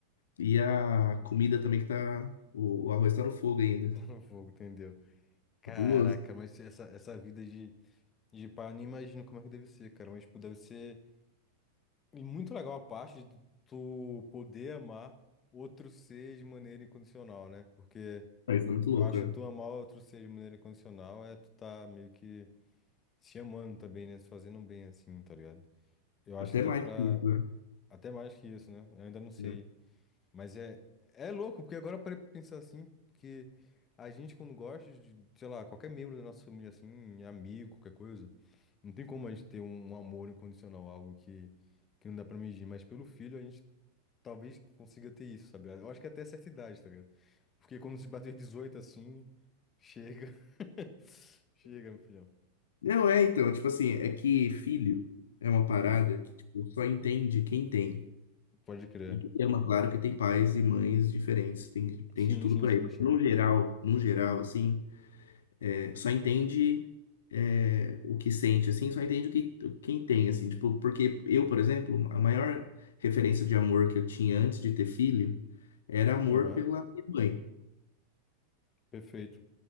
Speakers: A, on the left; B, on the left.
A: E a comida também que tá. O, o arroz tá no fogo ainda.
B: <laughs> tá no fogo, entendeu? Caraca,
A: Cabuloso.
B: mas essa, essa vida de, E pá, eu nem imagino como é que deve ser, cara. Mas, tipo, deve ser muito legal a parte de tu poder amar outro ser de maneira incondicional, né? Porque
A: Ah, Isso é muito
B: eu
A: louco,
B: acho
A: cara.
B: que tu amar outro ser de maneira incondicional é tu tá meio que se amando também, né? Se fazendo um bem assim, tá ligado? Eu acho
A: Até
B: que dá
A: mais
B: pra.
A: que isso, né?
B: Até mais que isso, né? Eu ainda não sei
A: É.
B: mas é, é louco, porque agora eu parei pra pensar assim, porque a gente quando gosta de, sei lá, qualquer membro da nossa família assim, amigo, qualquer coisa, não tem como a gente ter um amor incondicional, algo que, que não dá pra medir. Mas pelo filho a gente talvez consiga ter isso, sabe? Eu acho que até certa idade, tá ligado? Porque quando se bater dezoito assim, chega. <laughs> Chega, meu filhão.
A: Não, é então, tipo assim, é que filho é uma parada
B: Ah,
A: que tipo, só entende quem tem.
B: pode crer.
A: E quem ama, claro que tem pais e mães diferentes, tem, tem
B: Sim,
A: de tudo
B: sim,
A: por
B: sim,
A: aí. Mas
B: sim.
A: no geral, no geral, assim, é, só entende é, o que sente, assim, só entende o que quem tem, assim, tipo, porque eu, por exemplo, a maior referência de amor que eu tinha antes de ter filho era amor
B: Aham,
A: pela minha mãe,
B: perfeito.